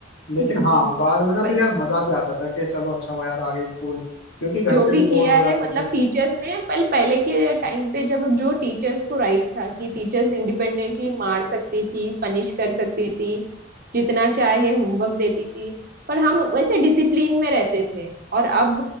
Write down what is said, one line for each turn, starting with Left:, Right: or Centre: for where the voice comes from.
Left: लेकिन
Right: <laughs>
Left: हाँ बाद में ना
Right: वही
Left: फिर यार मजा भी आता था कि चलो अच्छा हुआ यार आ गए स्कूल क्योंकि घर
Right: जो
Left: पे
Right: भी
Left: भी
Right: किया
Left: बोर हो जाते
Right: है मतलब
Left: थे
Right: टीचर्स ने पहले पहले के टाइम पे जब जो टीचर्स को राइट था कि टीचर्स इंडिपेंडेंटली मार सकती थी पनिश कर सकती थी जितना चाहे होमवर्क देती थी पर हम वैसे डिसिप्लिन में रहते थे और अब